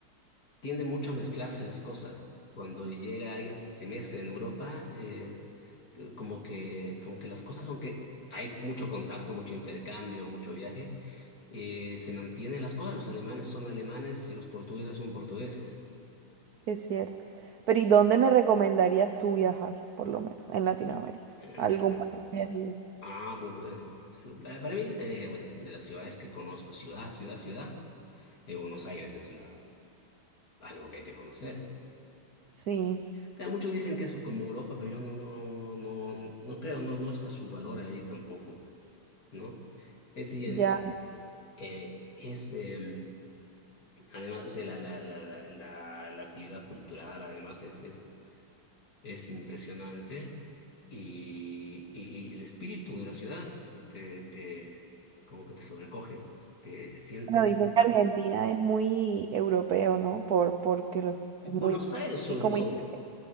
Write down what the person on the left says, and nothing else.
tiende mucho a mezclarse las cosas. Cuando llega alguien, se mezcla en Europa, eh, como que, como que las cosas, aunque hay mucho contacto, mucho intercambio, mucho viaje, eh, se mantienen las cosas. Los alemanes son alemanes y los portugueses son portugueses.
Eh,
bueno, de-
ah, pues, eh, eso, para, para mí, eh, bueno, de las ciudades que conozco, ciudad, ciudad, ciudad, eh, Buenos Aires es la, algo que hay que conocer.
Claro, muchos dicen que es como Europa, pero yo no, no, no, no creo, no, no está su valor ahí tampoco. ¿no? Es decir,
en la, eh, es, em, además, o sea, la, la, la, la, la- la actividad cultural, además, es, es, es impresionante y, y, y el espíritu de la ciudad te, te, como que te sobrecoge, te sientes,
Buenos
Aires sobre
todo,